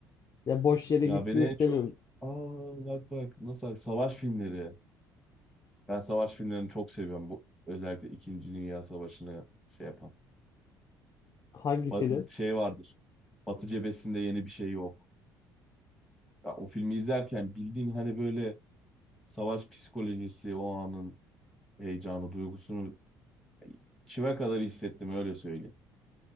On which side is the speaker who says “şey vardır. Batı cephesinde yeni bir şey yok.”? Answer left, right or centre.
Centre